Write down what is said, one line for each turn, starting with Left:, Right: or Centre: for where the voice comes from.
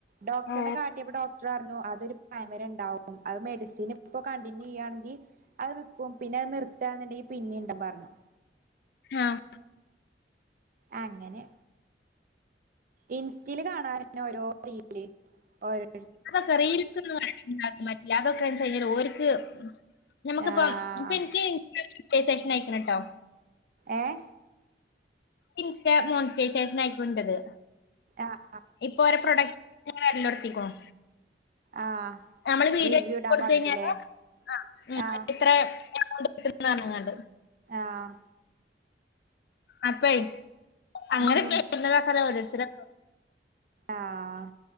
Right: ഡോക്ടറിനെ
Left: ഓ
Right: കാട്ടിയപ്പോ ഡോ ക്ട്രർഞ്ഞു അതൊരു പ്രായം വരെ ഇണ്ടാവും. അത് മെഡിസിന് ഇപ്പോ കണ്ടിന്യൂ ചെയ്യാണെങ്കി അത് നിക്കും. പിന്നെ അത് നിർത്താന്നുണ്ടെങ്കി പിന്നിം ണ്ടം പർഞ്ഞു.
Left: ആഹ്
Right: അങ്ങനെ ഇൻസ്റ്റീൽ കാണാന് ന്നെ ഓരോ റീല് ഓരോ
Left: അതൊക്കെ റീൽസ് ന്ന് <unintelligible> പറ്റ്ല. അതൊക്കെന്ന്ച്ചാ <unintelligible> ഓര് ക്ക് ഞമക്ക്
Right: ആഹ്
Left: ഇപ്പം ഇപ്പൻക്ക് <unintelligible> ഷനയ്ക്ക്ണ് ട്ടോ
Right: ഏഹ്
Left: ഇൻസ്റ്റ മോണിറ്റയ്സേഷനയ്ക്ക്ണു ഇന്റത്
Right: ആഹ്
Left: ഇപ്പൊ ഒരു പ്രൊഡക്റ്റ് <unintelligible> വരലൊട്ത്തിക്ക് ണു
Right: ആഹ്
Left: നമ്മള് വീഡിയോ
Right: റിവ്യൂ ഇടാൻ
Left: കൊടുത്തഴിഞ്ഞാല്
Right: പറഞ്ഞിട്ടില്ലേ
Left: ആ ഉം
Right: ആഹ്
Left: ഇത്ര എമൗണ്ട് ന്ന്‌ പറഞ്ഞ്ങ്ങാണ്ട്
Right: ആഹ്
Left: അപ്പൈ അങ്ങനെ
Right: ഉം
Left: ചെയ്യുന്നതാക്ക ഓരോരുത്തര്
Right: ആഹ്